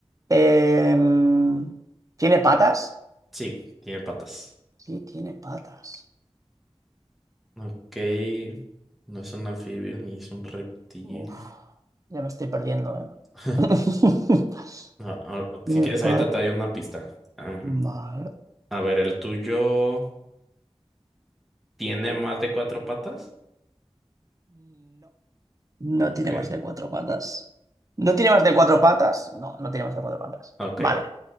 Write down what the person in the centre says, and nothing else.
Sí, tiene patas.
Ok, no es un anfibio ni es un reptil.
<laughs>
Ah, ah,
si quieres,
ahorita te doy una pista. Am,
a ver, ¿el tuyo tiene más de cuatro patas?
Ok,
ok,